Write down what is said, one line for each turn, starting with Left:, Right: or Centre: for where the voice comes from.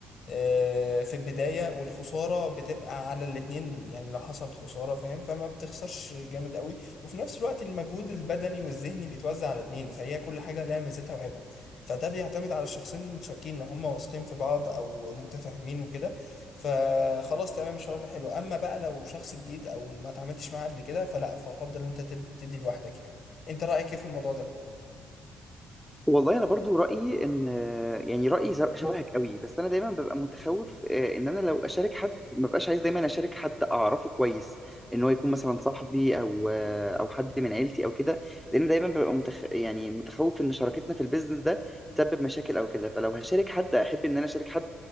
Left: آه، في البدايه والخساره بتبقى على الاتنين يعني لو حصل خساره فاهم فما بتخسرش جامد قوي وفي نفس الوقت المجهود البدني والذهني بيتوزع على اتنين فهي كل حاجه لها ميزتها وعيبها فده بيعتمد على الشخصين المتشاركين لو هم واثقين في بعض او متفاهمين وكده فخلاص تمام الشراكه حلوه اما بقى لو شخص جديد او ما اتعاملتش معاه قبل كده فلا فافضل ان انت تبتدي لوحدك يعني انت رايك ايه في الموضوع ده
Centre: والله انا برضو رايي ان يعني رايي ز- شبهك قوي بس انا دايما ببقى متخوف آه، ان انا لو اشارك حد ما ببقاش عايز دايما اشارك حد اعرفه كويس ان هو يكون مثلا صاحبي او آه، او حد من عيلتي او كده لان دايما ببقى متخ... يعني متخوف ان شراكتنا في البيزنس ده تسبب مشاكل او كده فلو هشارك حد احب ان انا اشارك حد